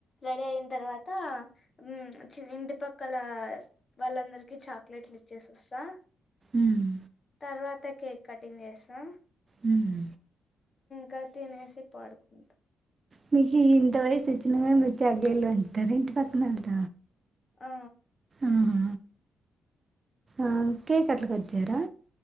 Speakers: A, on the left; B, on the right.
A: రెడీ అయిన తర్వాత మ్మ్ చూడ్ ఇంటిపక్కల వాళ్ళందరికి చాక్లెట్లిచ్చేసొస్తా.
B: మ్మ్
A: తర్వాత కేక్ కటింగ్ చేస్తా
B: హ్మ్మ్
A: క తినేసి పాడుకుంటా
B: మీకి ఇంత వయసొచ్చిన గాని మీర్ చాక్లెట్లు పంచుతారా ఇంటి పక్కనోళ్త
A: ఆ
B: ఆహా ఆ కేకట్ల కట్ జెయ్రా